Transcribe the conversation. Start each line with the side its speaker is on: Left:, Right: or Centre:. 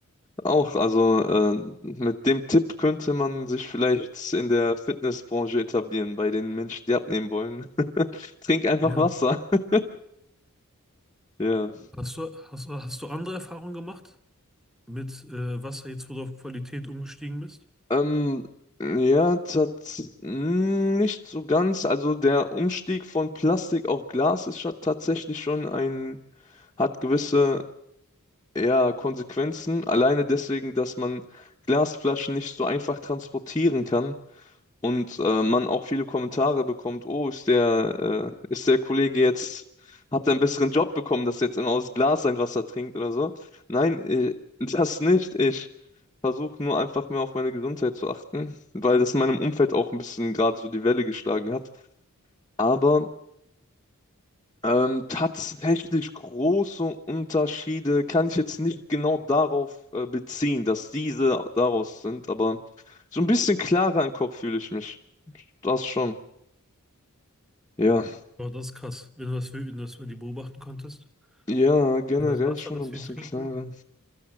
Left: Auch, also äh, mit dem Tipp könnte man sich vielleicht in der Fitnessbranche etablieren, bei den Menschen, die abnehmen wollen. <laughs> Trink einfach
Centre: Ja.
Left: Wasser. <laughs> Ja.
Centre: Hast du, hast, du- hast du andere Erfahrungen gemacht mit äh, Wasser, jetzt wo du auf Qualität umgestiegen bist?
Left: Ähm, ja, tats mh, nicht so ganz. Also der Umstieg von Plastik auf Glas ist scha- tatsächlich schon ein, hat gewisse, ja, Konsequenzen. Alleine deswegen, dass man Glasflaschen nicht so einfach transportieren kann. und äh, man auch viele Kommentare bekommt, oh, ist der, äh, ist der Kollege jetzt, hat er einen besseren Job bekommen, dass er jetzt immer aus Glas sein Wasser trinkt oder so. Nein, äh, das nicht. Ich versuche nur einfach mehr auf meine Gesundheit zu achten, weil das in meinem Umfeld auch ein bisschen gerade so die Welle geschlagen hat. Aber ähm, tatsächlich große Unterschiede kann ich jetzt nicht genau darauf äh, beziehen, dass diese daraus sind, aber so ein bisschen klarer im Kopf fühle ich mich. Das schon. Ja,
Centre: Oh, das ist krass, wenn du das, wenn du das mal die beobachten konntest.
Left: ja, generell
Centre: Wenn das Wasser,
Left: schon
Centre: das
Left: ein bisschen
Centre: wir trinken,
Left: klarer.